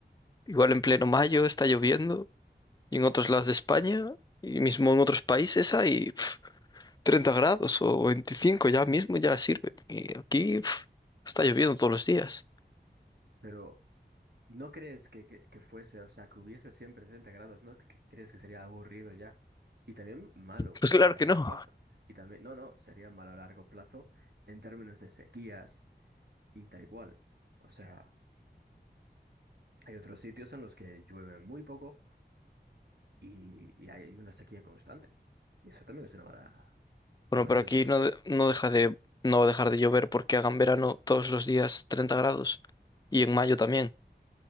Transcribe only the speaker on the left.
Igual en pleno mayo está lloviendo y en otros lados de España y mismo en otros países hay... 30 grados o 25 ya mismo ya sirve. Y aquí uf, está lloviendo todos los días.
Pues claro
que no.
Bueno,
pero
aquí no, de- no deja de, no va a dejar de llover porque hagan verano todos los días 30 grados y en mayo también.